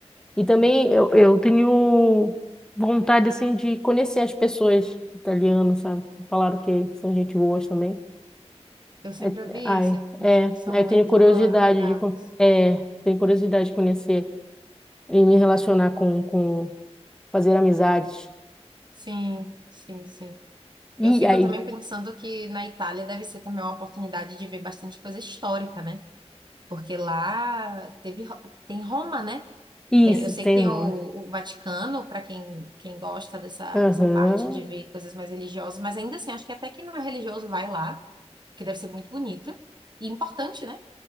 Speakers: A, in the centre; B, on the right.
A: E também eu, eu tenho vontade, assim, de conhecer as pessoas italianas, sabe? Falaram que são gente boas também.
B: Eu sempre
A: É,
B: ouvi
A: ai,
B: isso, dizem
A: é,
B: que são
A: aí eu
B: muito
A: tenho curiosidade
B: amigáveis.
A: de, con- é, tenho curiosidade de conhecer e me relacionar com, com fazer amizades.
B: Sim, sim, sim. Eu
A: E
B: fico
A: aí,
B: também pensando que na Itália deve ser também uma oportunidade de ver bastante coisa histórica, né? Porque lá teve, Ro- tem Roma, né?
A: isso,
B: Tem, eu sei
A: tem,
B: que tem
A: razão,
B: o,
A: né?
B: o Vaticano, para quem, quem gosta dessa, dessa
A: Aham,
B: parte de ver coisas mais religiosas, mas ainda assim, acho que até quem não é religioso vai lá, que deve ser muito bonito e importante, né?